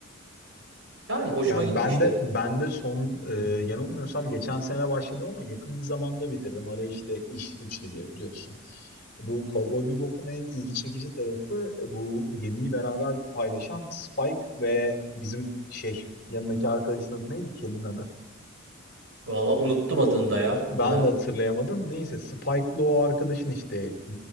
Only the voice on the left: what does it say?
Yani
ben de ben de son e, yanılmıyorsam geçen sene başladı ama yakın bir zamanda bitirdim. Araya işte iş güç giriyor biliyorsun. Bu Cowboy Bebop'un en ilgi çekici tarafı e, bu gemiyi beraber paylaşan Spike ve bizim şey yanındaki arkadaşın adı neydi? Kel'in adı.
Ben
de hatırlayamadım. Neyse Spike'lı o arkadaşın işte